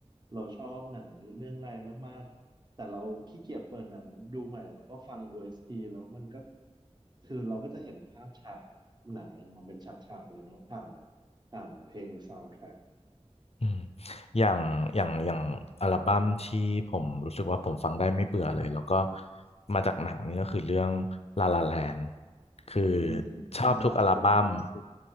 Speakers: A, on the right; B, on the left.
A: เราชอบหนังเรื่องอะไรมากๆ แต่เราขี้เกียจเปิดหนังดูใหม่แล้วก็ฟัง o s ีแล้วมันก็คือเราก็จะเห็นภาพฉากหนังออกมาเป็นฉากๆเลยเนาะผ่านผ่านเพลง soundtrack
B: อืมอย่างอย่างอย่างอัลบั้มที่ผมรู้สึกว่าผมฟังได้ไม่เบื่อเลยแล้วก็มาจากหนังนี่ก็คือเรื่องลาลาแลนคือ
A: อืม
B: ชออืบทุกมอัลบั้คมลาสสิก
A: คลาสสิก